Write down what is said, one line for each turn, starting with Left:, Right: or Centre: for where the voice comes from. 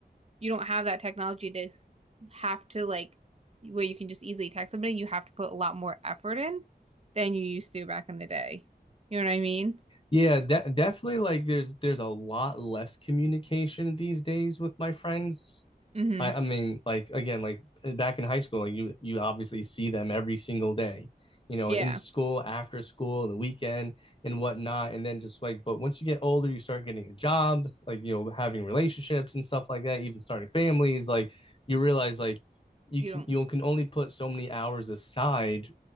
Right: you don't have that technology to have to like where you can just easily text somebody, you have to put a lot more effort in than you used to back in the day. You know what I mean?
Left: Yeah, de definitely like there's there's a lot less communication these days with my friends.
Right: Mm-hmm.
Left: I, I mean, like again, like eh, back in high school, like you you obviously see them every single day, you know,
Right: Yeah.
Left: in school, after school, the weekend and whatnot. And then just like, but once you get older, you start getting a job, like you know, having relationships and stuff like that, even starting families, like you realize like you
Right: You
Left: can
Right: don't.
Left: you can only put so many hours aside